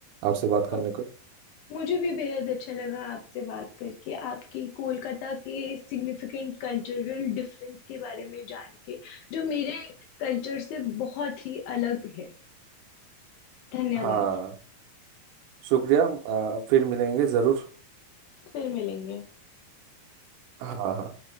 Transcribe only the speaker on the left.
तो
मुझे भी बेहद अच्छा लगा आपसे बात करके आपकी कोलकाता के सिग्निफिकेंट कल्चरल डिफरेंस के बारे में जान के जो मेरे कल्चर से बहुत ही अलग है धन्यवाद
फिर मिलेंगे